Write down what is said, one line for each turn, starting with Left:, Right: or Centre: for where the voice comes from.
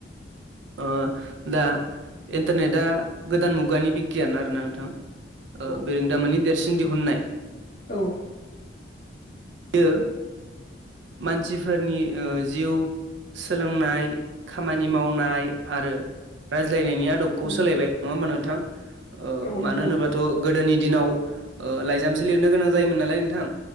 Right: ओ दा इन्टारनेटआ गोदान मुगानि बिगियान आरोना नोंथां। ओ
Left: औ
Right: बेरोंदामोननि देरसिन दिहुननाय
Left: औ।
Right: बियो मानसिफोरनि ओ जिउ सोलोंनाय खामानि मावनाय आरो राय ज्लायनायनि आदबखौ
Left: औ
Right: सोलायबाय नङा होमबा नोंथां? ओ
Left: औ नंगौ
Right: मानो होनोबाथ गोदोनि दिनाव ओ लाइजामसो लिरनो गोनां जायोमोन नालाय नोंथां